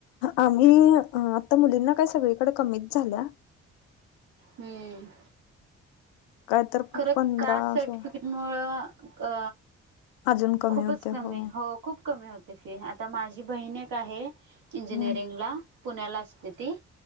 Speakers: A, on the left (about 75°); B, on the right (about 70°).
A: आम्ही आता मुलींना काय सगळीकड कमीच झाल्या.
B: हम्म.
A: काय तर
B: खरं
A: पंधरा
B: कास्ट
A: असं
B: सर्टिफिकेट मुळं अ
A: अजून कमी
B: खूपच
A: होते
B: कमी
A: हो
B: हॊ खूप खूप कमी होते फी आता माझी बहिण एक आहे इंजिनिअरिंग
A: हम्म
B: ला. पुण्याला असते ती